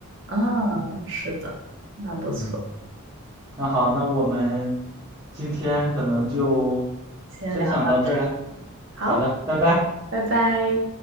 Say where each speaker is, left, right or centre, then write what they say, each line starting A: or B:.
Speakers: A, on the right; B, on the right.
A: 嗯，是的，那不错，
B: 嗯。那好，那我们今天可能就
A: 先聊到这，
B: 分享到这儿了。
A: 好，
B: 好的，拜拜。
A: 拜拜。